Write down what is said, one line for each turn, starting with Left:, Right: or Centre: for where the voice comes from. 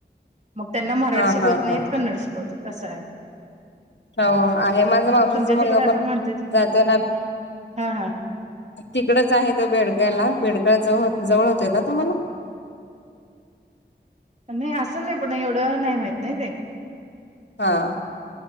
Right: मग त्यांना मराठी
Left: हा
Right: शिकवत
Left: हा
Right: नाहीत
Left: हा
Right: कन्नड शिकवत असं आहे.
Left: हो आहे माझं मावशीचा
Right: मग तुमच्या
Left: मुलगा
Right: तिकडे आता
Left: पण
Right: म्हणतात
Left: जातोय ना,
Right: हा हा
Left: तिकडच आहे तो बेडग्याला बेडग्याळ जवळ जवळ होतोय का तुम्हाला
Right: नाही असेल नाही पण एवढं नाही माहीत नाही ते
Left: हा.